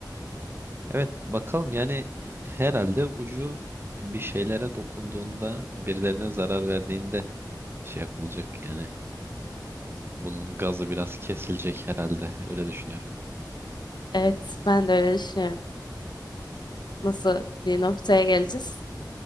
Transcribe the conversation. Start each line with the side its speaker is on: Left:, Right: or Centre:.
Right: Evet bakalım yani herhalde ucu bir şeylere dokunduğunda birilerine zarar verdiğinde şey yapılacak yani. Bunun gazı biraz kesilecek herhalde. Öyle düşünüyorum.
Left: Evet, ben de öyle düşünüyorum. Nasıl bir noktaya geleceğiz?